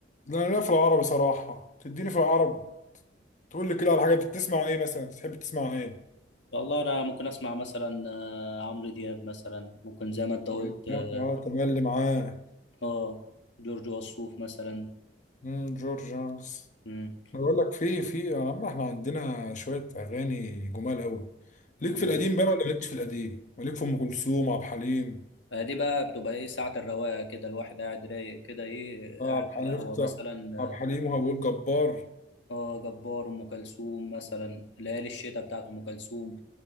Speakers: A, on the left; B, on the left.
A: لا لا في العربي صراحة تديني في العربي تقول لي كده على حاجة أنت بتسمع إيه مثلا تحب تسمع إيه؟
B: والله انا ممكن اسمع مثلا آه، عمرو دياب مثلا ممكن زي ما انت
A: عمرو
B: قلت
A: دياب،
B: اه
A: اه تملي معاه
B: آه، جورج وسوف مثلا
A: مم، جورج جونز
B: مم.
A: أنا بقول لك في في يا عم إحنا عندنا شوية أغاني جمال أوي ليك
B: مم.
A: في القديم بقى ولا مالكش في القديم؟ مالك في أم كلثوم عبد الحليم؟
B: آه، دي بقى بتبقى ايه ساعة الرواقة كده الواحد قاعد رايق كده ايه
A: اه
B: قاعد
A: عبد الحليم
B: على قهوة
A: شفت
B: مثلا اه
A: عبد الحليم وهبول جبار
B: آه، جبار ام كلثوم مثلا ليالي الشتاء بتاعت ام كلثوم